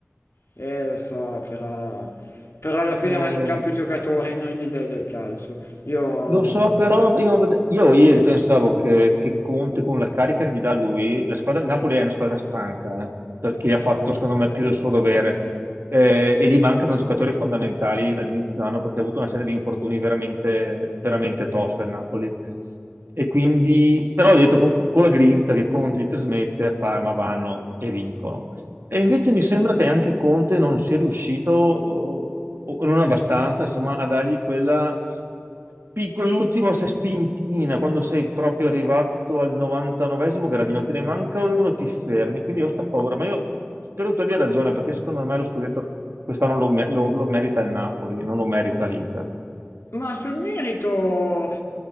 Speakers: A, on the left (about 80°); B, on the right (about 65°).
A: Eh, lo so, però... Però alla fine
B: Eh,
A: vanno in campo i giocatori e non gli dai del calcio. Io...
B: Lo so, però io, ved- io ieri pensavo che, che Conte, con la carica che gli dà lui, la squadra di Napoli è una squadra stanca, eh, perché ha fatto, secondo me, più del suo dovere. Eh, e gli mancano giocatori fondamentali dall'inizio dell'anno perché ha avuto una serie di infortuni veramente, veramente tosta il Napoli. E quindi, però ho detto, con, con la grinta che Conte gli trasmette, a Parma vanno e vincono. E invece mi sembra che anche Conte non sia riuscito, o, o non abbastanza, insomma, a dargli quella, pi- quell'ultima sai, spintina, quando sei proprio arrivato al 99esimo gradino, te ne manca uno, ti fermi. Quindi ho sta paura, ma io spero tu abbia ragione, perché secondo me lo scudetto quest'anno lo, me- lo- lo merita il Napoli, non lo merita l'Inter.
A: Ma sul merito